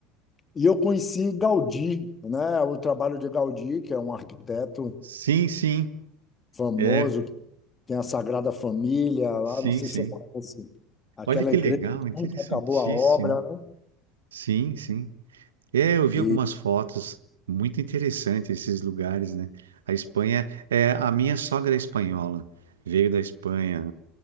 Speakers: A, on the left; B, on the right.
A: e eu conheci Gaudí, né? O trabalho de Gaudí, que é um arquiteto
B: Sim, sim.
A: famoso,
B: É.
A: que tem a Sagrada Família lá,
B: Sim,
A: não sei
B: sim.
A: se eu conhece, aquela
B: Olha que
A: igreja
B: legal,
A: que
B: interessantíssimo.
A: nunca acabou a obra, né?
B: Sim, sim. É, eu vi
A: E
B: algumas fotos, muito interessante esses lugares, né? A Espanha, é, a minha sogra é espanhola, veio da Espanha,